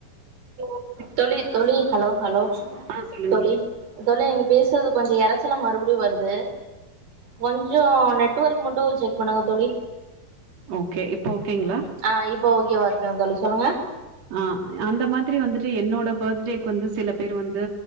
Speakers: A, on the right (about 45°); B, on the right (about 90°).
A: <inaudible> <inaudible>
B: தோழி தோழி ஹலோ ஹலோ
A: ஆ சொல்லுங்க
B: தோழி தோழி நீங்க பேசற்து கொஞ்சோ எரச்சலா மறுபடி வருது கொஞ்சோ நெட்வொர்க் மட்டு செக் பண்ணுங்க தோழி
A: ஓகே இப்ப ஓகேங்ளா
B: ஆ இப்ப ஓகேவா இருக்குங் தோழி சொல்லுங்க
A: ஆ அந்த மாதிரி வந்துட்டு என்னோட பர்த்டேக் வந்து சில பேர் வந்து